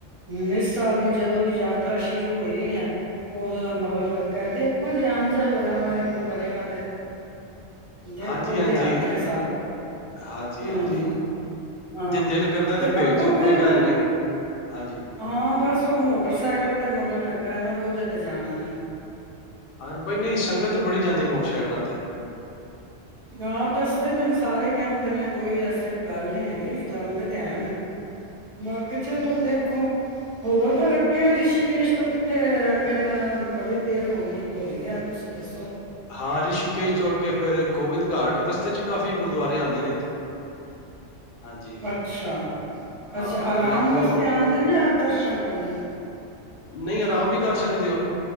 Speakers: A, on the right (about 30°); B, on the left (about 55°).
A: ਹੁਣ ਇਸ ਸਾਲ ਵੀ ਜਦੋਂ ਦੀ ਯਾਤਰਾ ਸ਼ੁਰੂ ਹੋਈ ਹੈ ਉਦੋਂ ਦਾ ਮਗਰ ਲੱਗਾ ਦੇਖੋ ਅੰਨ ਜਲ ਹੋਇਆ ਵਾਹਿਗੁਰੂ ਕਰੇਗਾ ਤੇ ਦੇਖੋ
B: ਹਾਂਜੀ
A: ਉਸਦੇ
B: ਹਾਂਜੀ
A: ਹੱਥ ਹੈ। ਸਾਰਾ
B: ਹਾਂਜੀ
A: ਹਾਂ
B: ਹਾਂਜੀ ਜੇ ਦਿਲ ਕਰਦਾ
A: ਤੇ
B: ਭੇਜ
A: ਅੱਗੋਂ
B: ਦਿਓ ਕੋਈ
A: ਫੇਰ
B: ਗੱਲ ਨਹੀਂ ਹਾਂਜੀ
A: ਹਾਂ ਬਸ ਉਹ ਮੋਟਰ ਮੋਟਰਸਾਈਕਲ ਤੇ ਮਗਰ ਲੱਗਾ ਨਾ ਵੀ ਉਹਦੇ ਤੇ ਜਾਣਾ ਮੈਂ
B: ਹਾਂ ਬਾਈ ਨਹੀਂ ਸੰਗਤ ਤੇ ਬੜੀ ਜਾਂਦੀ ਮੋਟਰਸਾਈਕਲਾਂ ਤੇ
A: ਹਾਂ ਦੱਸਦੇ ਫਿਰ ਸਾਰੇ ਕਹਿੰਦੇ ਨੇ ਕੋਈ ਐਸੇ ਗੱਲ ਨੀ ਹੈਗੀ ਜਾਂਦੇ ਤੇ ਐਨ ਕਿਹਾ ਚਲੋ ਦੇਖੋ ਹੋਰ ਫੇਿਰ ਅੱਗੇ ਰਿਸ਼ੀਕੇਸ਼ ਤੋ ਕਿੱਥੇ ਅੱਗੇ ਮੈਂ ਬੜੀ ਦੇਰ ਹੋ ਗਈ ਭੁੱਲ ਗਿਆ ਤੁਸੀਂ ਦੱਸੋ
B: ਹਾਂ ਰਿਸ਼ੀਕੇਸ਼ ਤੋਂ ਅਗੇ ਫੇਰ ਗੋਬਿੰਦ ਘਾਟ ਰਸਤੇ ਚ ਕਾਫ਼ੀ ਗੁਰਦੁਆਰੇ ਆਉਂਦੇ ਨੇ। ਹਾਂਜੀ
A: ਅੱਛਾ-ਅੱਛਾ
B: ਹਾਂ
A: ਆਰਾਮ
B: ਫੇਰ ਅੱਗੋਂ
A: ਵਾਸਤੇ ਆਉਂਦੇ ਨੇ ਜਾਂ ਦਰਸ਼ਨ ਕਰਨੇ ਨੇ।
B: ਨਹੀਂ ਆਰਾਮ ਵੀ ਕਰ ਸਕਦੇ ਹੋ